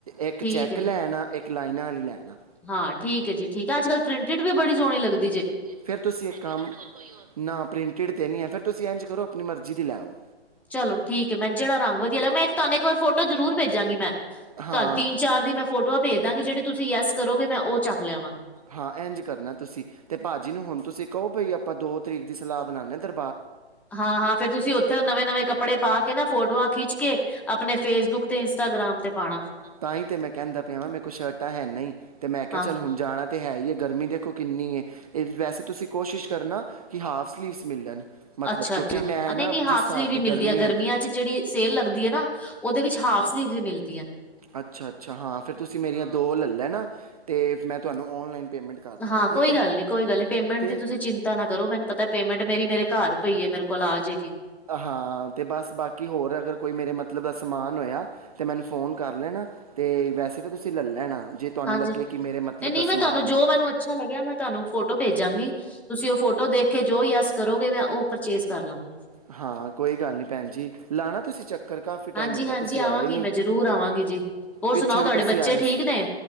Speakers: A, on the right; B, in the centre.
A: ਇੱਕ
B: ਠੀਕ
A: ਚੈੱਕ
B: ਹੈ
A: ਲੈ ਆਣਾ ਇੱਕ ਲਾਈਨਾਂ ਆਲੀ ਲੈ ਏਣਾ।
B: ਹਾਂ ਠੀਕ ਹੈ, ਜੀ ਠੀਕ ਹੈ। ਤੇ ਅੱਜ-ਕੱਲ ਪ੍ਰਿੰਟਿਡ ਵੀ ਬੜੀ ਸੋਹਣੀ ਲੱਗਦੀ ਜੇ।
A: ਫੇਰ ਤੁਸੀਂ ਇੱਕ ਕੰਮ, ਹੌਰੀ ਤੁਹਾਡੇ ਕੋਲ ਕੋਇ ਹੋਰ? ਨਾ ਪ੍ਰਿੰਟਿਡ ਤੇ ਨਹੀਂ ਹੈ। ਫਿਰ ਤੁਸੀਂ ਇੰਂਝ ਕਰੋ ਆਪਣੀ ਮਰਜ਼ੀ ਦੀ ਲੈ ਆਔ।
B: ਚਲੋ, ਠੀਕ ਹੈ। ਮੈਨੂੰ ਜਿਹੜਾ ਰੰਗ ਵਧੀਆ ਲੱਗ, ਮੈਂ ਤੁਹਾਨੂੰ ਇੱਕ ਵਾਰ ਫੋਟੋ ਜਰੂਰ ਭੇਜਾਂਗੀ ਮੈਂ। ਤੁਹਾਨ
A: ਹਾਂ
B: ਤਿੰਨ-ਚਾਰ ਆਪ ਦੀ ਮੈਂ ਫੋਟੋਆਂ ਭੇਜ ਦਾਂਗੀ। ਜਿਹੜੀ ਤੁਸੀਂ ਯੱਸ ਕਰੋਗੇ ਮੈਂ ਉਹ ਚੱਕ ਲਿਆਵਾਂਗੀ।
A: ਹਾਂ, ਇੰਝ ਕਰਨਾ ਤੁਸੀਂ। ਤੇ ਭਾਜੀ ਨੂੰ ਹੁਣ ਤੁਸੀਂ ਕਹੋ ਭਈ ਆਪਾਂ ਦੋ ਤਰੀਕ ਦੀ ਸਲਾਹ ਬਣਾਉਾਨਦੇ ਆਂ ਦਰ
B: ਹਾਂ-ਹਾਂ, ਫੇਰ ਤੁਸੀਂ ਉੱਥੇ ਨਵੇਂ-ਨਵੇਂ ਕੱਪੜੇ ਪਾ ਕੇ ਨਾ, ਫੋਟੋਆਂ ਖਿੱਚ ਕੇ ਆਪਣੇ ਫੇਸਬੁੱਕ ਤੇ ਇੰਸਟਾਗ੍ਰਾਮ ਤੇ ਪਾਣਾ।
A: ਤਾਂ ਹੀ ਤੇ ਮੈਂ ਕਹਿੰਦਾ ਪਿਆ ਵਾਂ ਮੇਰੇ ਕੋ ਸ਼ਰਟਾਂ ਹੈ ਨਹੀਂ। ਤੇ ਮੈਂ ਕਿਹਾ
B: ਹਾਂ
A: ਚੱਲ ਹੁਣ ਜਾਣਾ ਹੈ ਹੀ ਹੈ ਗਰਮੀ ਦੇਖੋ ਕਿੰਨੀ ਹੈ ਇਹ। ਵੈਸੇ ਤੁਸੀਂ ਕੋਸ਼ਿਸ਼ ਕਰਨਾ ਕਿ ਹਾਫ ਸਲੀਵਸ ਮਿਲਣ ਮਤਲਬ
B: ਅੱਛਾ-ਅੱਛਾ,
A: ਕਿਉਂਕਿ ਮੈਂ
B: ਨਹੀਂ-ਨਹੀਂ
A: ਨਾ ਜਿਸ
B: ਹਾਫ
A: ਹਿਸਾਬ
B: ਸਲੀਵਸ ਵੀ
A: ਦੀ ਸਲੀਵ
B: ਮਿਲਦੀ
A: ਗਰਮੀ
B: ਆ। ਗਰਮੀਆਂ
A: ਹੈ
B: ਚ ਜਿਹੜੀ ਸੇਲ ਲੱਗਦੀ ਹੈ ਨਾ ਉਹਦੇ ਵਿੱਚ ਹ ਹਾਫ ਸਲੀਵਜ਼ ਵੀ ਮਿਲਦੀਆਂ।
A: ਅੱਛਾ-ਅੱਛਾ ਹਾਂ, ਫੇਰ ਤੁਸੀਂ ਮੇਰੀਆਂ ਦੋ ਲੈ ਲੈ ਤੇ ਮੈਂ ਤੁਹਾਨੂੰ ਓਨਲਾਈਨ ਪੇਮੈਂਟ ਕਰ ਦਾਂਗਾ।
B: ਹਾਂ
A: ਠੀਕ
B: ਕੋਈ
A: ਹੈ?
B: ਗੱਲ ਨੀ ਕੋਈ ਗੱਲ ਨੀ ਪੇਮੈਂਟ
A: ਤੇ-
B: ਦੀ ਤੁਸੀਂ
A: ਤੇ
B: ਚਿੰਤਾ ਨਾ ਕਰੋ। ਮੈਨੂੰ ਪਤਾ ਪੇਮੈਂਟ ਮੇਰੀ ਮੇਰੇ ਘਰ ਪਈਏ, ਮੇਰੇ ਕੋਲ ਆ ਜਾਏਗੀ।
A: ਹਾਂ, ਤੇ ਬਸ ਬਾਕੀ ਹੋਰ ਅਗਰ ਕੋਈ ਮੇਰੇ ਮਤਲਬ ਦਾ ਸਮਾਨ ਹੋਇਆ ਤੇ ਮੈਨੂੰ ਫੋਨ ਕਰ ਲੈਣਾ ਤੇ ਵੈਸੇ ਤਾਂ ਤੁਸੀਂ ਲੈ ਲੈਣਾ। ਜੇ ਤੁਹਾਨੂੰ
B: ਹਾਂਜੀ,
A: ਲੱਗੇ ਕਿ ਮੇਰੇ ਮਤਲਬ
B: ਨਹੀਂ-ਨਹੀਂ।
A: ਦਾ ਨਹੀਂ ਨਹੀਂ
B: ਮੈਂ ਤੁਹਾਨੂੰ
A: ਸਮਾਨ
B: ਜੋ
A: ਹੈ
B: ਮੈਨੂੰ ਅੱਛਾ ਲੱਗਿਆ ਮੈਂ ਤੁਹਾਨੂੰ ਫੋਟੋ ਭੇਜਾਂਗੀ। ਤੁਸੀਂ ਉਹ ਫੋਟੋ ਦੇਖ ਕੇ ਜੋ ਹੀ ਅਸ ਕਰੋਗੇ ਮੈਂ ਉਹ ਪਰਚੇਜ਼ ਕਰ ਲਾਂਗੀ।
A: ਹਾਂ ਹਾਂ ਕੋਈ ਗੱਲ ਨਹੀਂ ਭੈਨ ਜੀ ਲਾਉਣਾ ਤੁਸੀਂ ਚੱਕ ਕਰ ਕਾਫੀ ਟਾਈਮ
B: ਹਾਂਜੀ
A: ਹੋ ਗਿਆ
B: ਹਾਂਜੀ
A: ਤੁਸੀਂ
B: ਆਵਾਂਗੀ
A: ਆਏ ਨੀ
B: ਮੈਂ ਜ਼ਰੂਰ ਆਵਾਂਗੀ ਜੀ ਹੋਰ
A: ਪਿੱਛੇ
B: ਸੁਣਾਓ ਤੁਹਾਡੇ
A: ਵੀ ਤੁਸੀਂ
B: ਬੱਚੇ
A: ਆਏ
B: ਠੀਕ
A: ਸੀ।
B: ਨੇ